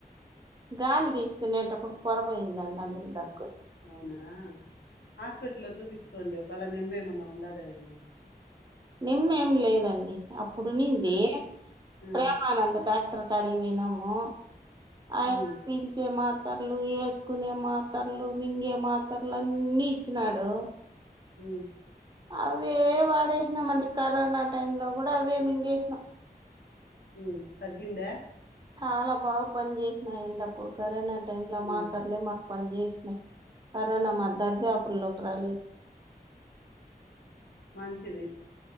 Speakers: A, on the right (about 25°); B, on the left (about 80°).
A: గాలి తీసుకునేటప్పుడు పొరపోయిందండి అందుకే దగ్
B: అవునా హాస్పిటల్ లో చూపిచ్చు కోండి ఒకవేలా నిమ్మేమన్న ఉండదాయేమొఅని
A: నేమ్మేం లేదండి అప్పుడు ఉన్నింది
B: ఆ ఆ
A: ప్రేమానంద్ డాక్టర్ ట్ర కాడకి పోయ్ నాము ఆయన
B: ఉమ్
A: పిల్ చే మత్ మాతర్లు యేసుకునే మాతర్లు మింగే మాతర్లు అన్ని ఇచ్చినాడు
B: ఉమ్
A: అవే వాడేసినం అండి కరోనా టైమ్ లో కూడా అవే మింగేసినాం
B: హ తగ్గిందా
A: చాలా బాగా పని చేసినాయండి అప్పుడు కరోనా టైం లో మాతర్లే
B: ఉమ్
A: మా పన్ చేస్నాయ్ కరోనా మా దర్దపులొక్కి రాలేదు
B: మంచిది